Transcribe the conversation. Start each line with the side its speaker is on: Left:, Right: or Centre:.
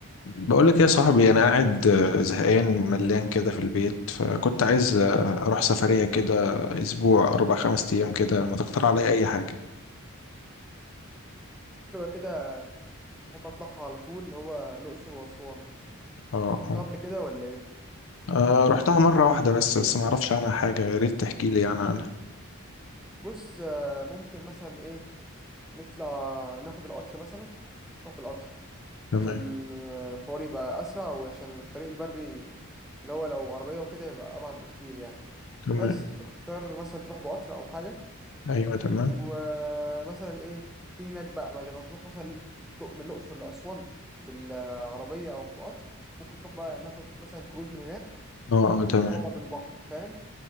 Left: بقول لك إيه يا صاحبي انا قاعد آه، زهقان ملان كده في البيت فكنت عايز آه، اروح سفرية كده اسبوع اربع خمس ايام كده ما تقترح عليا اي حاجة
Centre: حلوة كده أحب أطلعها على طول اللي هو الأقصر وأسوان
Left: اه
Centre: رحتها
Left: اه
Centre: قبل كده ولا إيه؟
Left: آه، رحتها مرة واحدة بس بس ما اعرفش عنها حاجة يا ريت تحكي لي يعني عنها
Centre: بص آه، ممكن مثلا إيه نطلع ناخد القطر مثلا نروح بالقطر
Left: تمام
Centre: عشان آه، الحوار يبقى أسرع وعشان الطريق البري اللي هو لو عربية وكده يبقى أبعد بكتير يعني
Left: تمام
Centre: بس تختار مثلا تروح بقطر أو حاجة
Left: ايوه تمام
Centre: ومثلا إيه في هناك بقى بدل ما تروح مثلا لق- من الأقصر لأسوان بالعربية أو بقطر ممكن تروح بقى ناخد مثلا كروز من هناك
Left: اه اه
Centre: وتروح
Left: تمام
Centre: بقى بالبحر فاهم؟